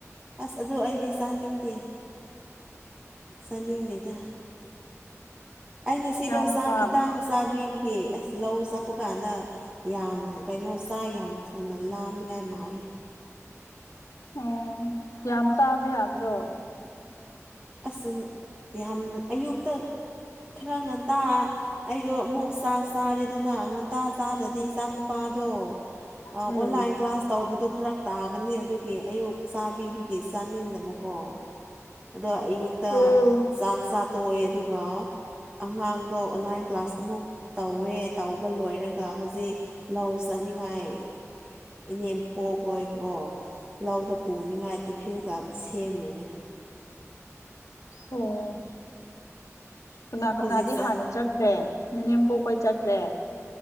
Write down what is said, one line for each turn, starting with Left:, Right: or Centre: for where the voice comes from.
Right: ꯑꯁ ꯑꯗꯨ ꯑꯩꯗꯤ ꯆꯥꯅꯤꯡꯗꯦ ꯆꯥꯅꯤꯡꯗꯦꯗ ꯑꯩ ꯉꯁꯤꯗꯣ
Left: ꯌꯥꯝ
Right: ꯆꯥꯛ
Left: ꯄꯥꯝ
Right: ꯈꯤꯇꯪ ꯆꯥꯕꯤꯕꯒꯦ ꯑꯁ ꯂꯧ ꯆꯠꯄ ꯀꯥꯟꯗ ꯌꯥꯝ ꯀꯩꯅꯣ ꯆꯥ ꯌꯥꯝ ꯊꯨꯅ ꯂꯥꯝꯅꯤꯉꯥꯏ ꯃꯥꯜꯂꯤ
Left: ꯑꯣ ꯌꯥꯝ ꯆꯥꯕ ꯌꯥꯗ꯭ꯔꯣ
Right: ꯑꯁ ꯌꯥꯝ ꯑꯌꯨꯛꯇ ꯈꯔ ꯉꯟꯇꯥ ꯑꯩꯗꯣ ꯑꯃꯨꯛ ꯆꯥꯛ ꯆꯥꯔꯦꯗꯅ ꯉꯟ ꯇꯥ ꯆꯥꯗ꯭ꯔꯗꯤ ꯏꯆꯥ ꯅꯨꯨꯄꯥꯗꯣ ꯑꯣꯟꯂꯥꯏꯟ
Left: ꯎꯝ
Right: ꯀ꯭ꯂꯥꯁ ꯇꯧꯕꯗꯣ ꯐꯔꯛ ꯇꯥꯒꯅꯤ ꯑꯗꯨꯒꯤ ꯑꯌꯨꯛ ꯆꯥꯕꯤꯕꯒꯤ ꯆꯥꯅꯤꯡꯗꯕꯀꯣ ꯑꯗꯣ ꯑꯌꯨꯛꯇ
Left: ꯑꯣ
Right: ꯆꯥꯛ ꯆꯥ ꯇꯣꯛꯑꯦ ꯑꯗꯨꯒ ꯑꯉꯥꯡꯗꯣ ꯑꯣꯟꯂꯥꯏꯟ ꯀ꯭ꯂꯥꯁ ꯑꯃꯨꯛ ꯇꯧꯋꯦ ꯇꯧꯕ ꯂꯣꯏꯔꯒ ꯍꯧꯖꯤꯛ ꯂꯧ ꯅꯤꯡꯉꯥꯏ ꯏꯅꯦꯝ ꯄꯣꯛꯍꯣꯏꯗꯣ ꯂꯧꯗ ꯄꯨꯅꯤꯡꯉꯥꯏ ꯇꯤꯐꯤꯟꯒ ꯁꯦꯝꯃꯤꯅꯦ
Left: ꯑꯣ ꯀꯅꯥ ꯀꯅꯥꯗꯤ
Right: ꯍꯧꯖꯤꯛ ꯆꯠ
Left: ꯍꯥꯟꯅ ꯆꯠꯈ꯭ꯔꯦ ꯅꯅꯦꯝ ꯄꯣꯛ ꯍꯣꯏ ꯆꯠꯈ꯭ꯔꯦ